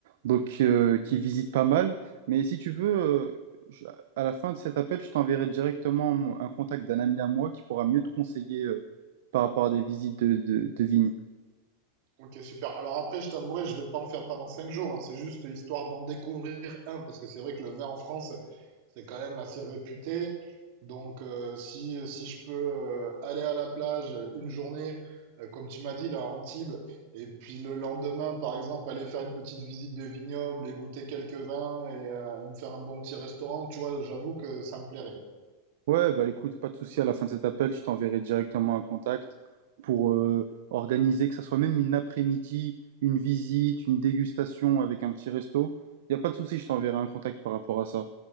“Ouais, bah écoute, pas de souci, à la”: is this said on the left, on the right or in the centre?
Right